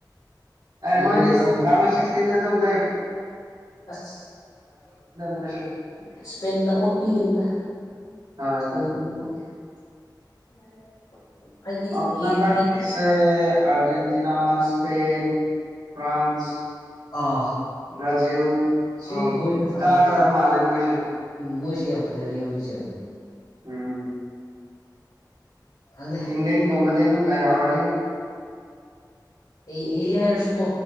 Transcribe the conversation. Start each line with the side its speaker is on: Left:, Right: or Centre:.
Right: ꯑꯦ
Left: ꯍꯩꯔꯒ
Right: ꯃꯣꯏꯗꯤ
Left: ꯀꯥꯕ
Right: ꯔꯥꯎꯟ
Left: ꯅꯠꯇꯦꯕ
Right: ꯑꯣꯐ ꯁꯤꯛꯁꯇꯤꯟꯗ ꯑꯗꯨꯝ ꯂ
Left: ꯑꯁ
Right: ꯃꯣꯏꯁꯦ
Left: ꯏꯁꯄꯦꯟꯅ ꯑꯣꯠ ꯄꯤꯒꯅꯤꯗ <unintelligible>
Right: ꯍꯣꯏ ꯍꯣꯏ ꯑ
Left: ꯍꯩ
Right: ꯍꯟꯗꯛ
Left: ꯍꯩ
Right: ꯀꯤꯁꯦ ꯑꯔꯖꯦꯟꯇꯤꯅꯥ ꯁꯄꯦꯟ ꯐ꯭ꯔꯥꯟꯁ
Left: ꯑꯥ
Right: ꯕ꯭ꯔꯥꯖꯤꯜ ꯁꯤ
Left: ꯑꯥ ꯃꯣꯏꯁꯨ ꯐꯖꯩꯌꯦ
Right: ꯀꯥꯀꯗꯕ ꯃꯥꯜꯂꯦ ꯃꯣꯏꯁꯦ
Left: ꯎꯝ ꯃꯣꯏꯁꯦ ꯌꯥꯝ ꯐꯖꯔꯤ ꯍꯧꯖꯤꯛꯁꯦ
Right: ꯎꯝ
Left: ꯈꯪꯗꯦ
Right: ꯏꯪꯂꯦꯟꯒꯕꯗꯇꯩ ꯑꯗꯨꯝ ꯂꯩꯑ ꯌꯥꯔꯅ
Left: ꯎ ꯍ ꯍ ꯍꯥꯏꯔꯁꯨꯀꯣ